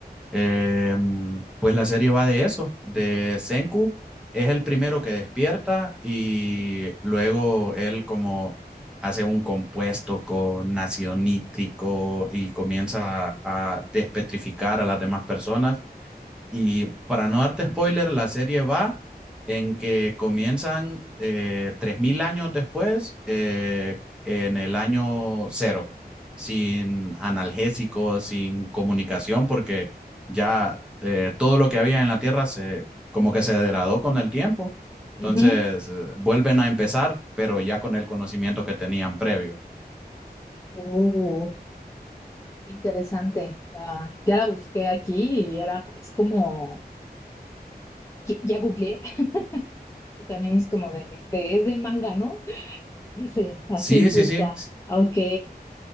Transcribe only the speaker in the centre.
eh, pues la serie va de eso, de Senku, es el primero que despierta y luego él como hace un compuesto con ácido nítrico y comienza a, a despetrificar a las demás personas y para no darte spoiler, la serie va en que comienzan eh, 3.000 años después, eh, en el año cero, sin analgésicos, sin comunicación, porque ya eh, todo lo que había en la Tierra se, como que se degradó con el tiempo.
Entonces, eh, vuelven a empezar, pero ya con el conocimiento que tenían previo.
Sí,
sí, sí,